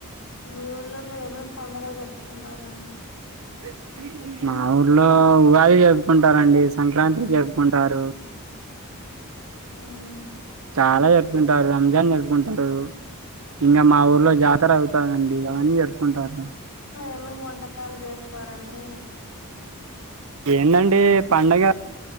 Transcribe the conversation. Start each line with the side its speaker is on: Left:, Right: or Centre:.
Left: మీ ఊర్లలో ఏమేమి పండుగలు జరుపుకుంటారండి
Right: <inaudible> మా ఊర్లో ఉగాది జరుపుకుంటారండి సంక్రాంతి జరుపుకుంటారు
Left: ఉమ్
Right: చాలా జరుపుకుంటారు రంజాన్ జరుపుకుంటారు ఇంకా మా ఊర్లో జాతర అవుతదండి అవన్నీ జరుపుకుంటారు
Left: ఏమేం వంటకాలు చేస్తారండి
Right: ఏందండి పండగ